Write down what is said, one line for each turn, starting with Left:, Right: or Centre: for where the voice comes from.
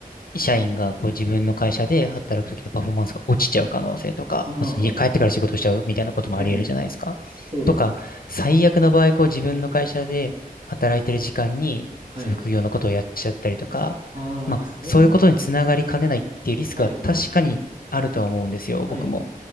Left: 社員がこう自分の会社で働くときのパフォーマンスが落ちちゃう可能性とか、
Right: ああ、
Left: まあその家帰ってから仕事しちゃうみたいなこともあり得るじゃないですか。
Right: はい。はい、そうです。
Left: とか、最悪の場合、こう自分の会社で働いてる時間に、
Right: はい。
Left: その副業のことをやっちゃったりとか、
Right: ああ、
Left: まあそういうことにつながりかねないっていうリスクは確かにあるとは思うんですよ、
Right: それ、はい、はい。
Left: 僕も。